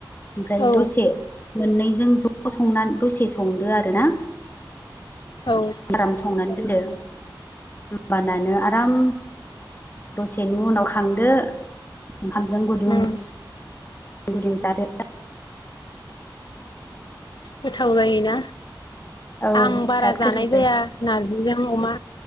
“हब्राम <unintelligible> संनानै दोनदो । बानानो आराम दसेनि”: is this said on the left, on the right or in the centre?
Left